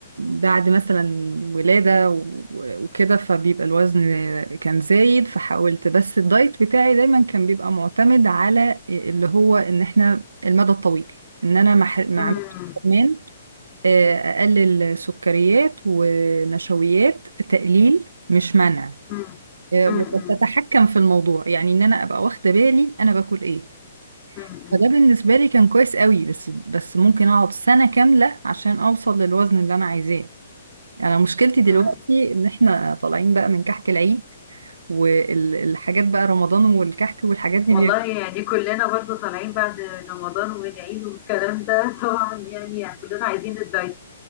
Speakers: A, on the right; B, on the left.
A: بعد مثلا ولادة و- وكده فبيبقى الوزن كان زايد فحاولت بس الدايت بتاعي دايما كان بيبقى معتمد على اللي هو ان احنا المدى الطويل ان انا ما ح- ما
B: امم
A: عملتش كمان آه، اقلل سكريات ونشويات تقليل مش منع
B: امم
A: آه،
B: امم
A: وكنت اتحكم في الموضوع يعني ان انا ابقى واخده بالي انا باكل ايه
B: امم
A: فده بالنسبه لي كان كويس قوي بس بس ممكن اقعد سنه كامله عشان اوصل للوزن اللي انا عايزاه يعني انا مشكلتي دلوقتي
B: امم
A: ان احنا طالعين بقى من كحك العيد والحاجات بقى رمضان والكحك والحاجات دي
B: والله
A: بيعمل-
B: يعني كلنا برضه طالعين بعد رمضان والعيد والكلام ده <laughs> طبعا يعني يعني كلنا عايزين الدايت